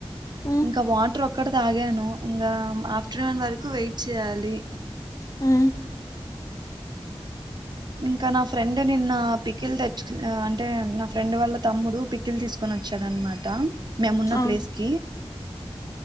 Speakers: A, on the left (about 35°); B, on the right (about 45°).
A: ఉమ్
B: ఇంకా వాటర్ ఒక అక్కడ తాగాను ఇంకా ఆఫ్టర్నూన్ వరకు వెయిట్ చేయాలి
A: ఆ
B: ఇంకా నా ఫ్రెండ్ నిన్న పిక్ కళ తెచ్చు అంటే నా ఫ్రెండ్ వాళ్ళ తమ్ముడు పిక్కిలు తీసుకొని వచ్చాడనమాట మేమున్న
A: ఆ
B: ప్లేస్ కి